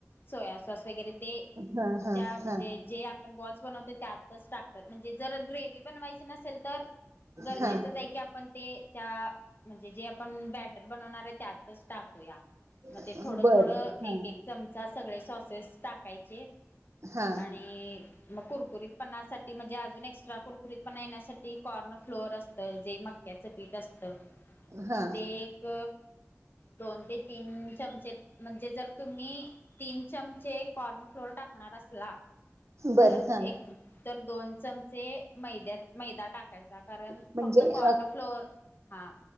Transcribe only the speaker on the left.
सोया सॉस वगैरे ते
त्या म्हणजे
जे आपण बॉल्स बनवते त्यात टाकतात म्हणजे जर ग्रेवही बनवायची नसेल तर गरजेचच
आहे की आपण ते त्या म्हणजे जे आपण बॅटर बनवणार आहे, त्यातच टाकू मग
थोड
थोड एक
एक चमचा सगळे सॉसेस टाकायचे
आणि मग कुरकुरीत पणासाठी म्हणजे अजून एक्स्ट्रा कुरकुरीत पणा येण्यासाठी कॉर्न फ्लोअर असतं जे मग क्याच पीठ असत.
ते एक, दोन ते तीन चमचे म्हणजे जर तुम्ही तीन चमचे कॉर्न फ्लोर टाकणार असला
तर
एक तर दोन चमचे मैद्यात मैदा टाक कारण
फक्त कॉर्नर
फ्लोअर हा